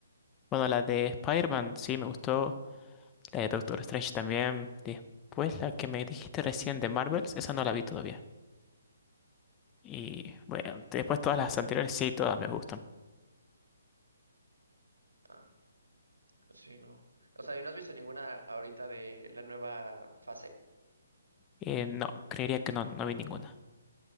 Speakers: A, on the left; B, on the right.
A: Bueno, la de Spider-Man sí me gustó. La de Doctor Strange también. Después la que me dijiste recién de Marvels, esa no la vi todavía. Y bueno, después todas las anteriores sí, todas me gustan.
B: ah, Sí, no. O sea, ¿y no has visto ninguna ahorita de la nueva fase?
A: Eh, no, creería que no, no vi ninguna. <laughs>